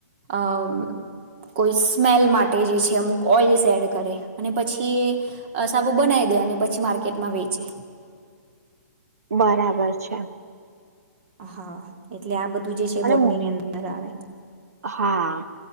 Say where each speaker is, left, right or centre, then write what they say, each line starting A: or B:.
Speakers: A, on the right; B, on the right.
A: અમ કોઈ સ્મેલ માટે જે છે અમુક ઓઈલ્સ એડ કરે અને પછી એ અ સાબુ બનાવી દેવાનું અને પછી માર્કેટમાં વેચે
B: બરાબર છે.
A: હા એટલે આ બધું જે છે
B: અને
A: બોટની ની અંદર આવે
B: હા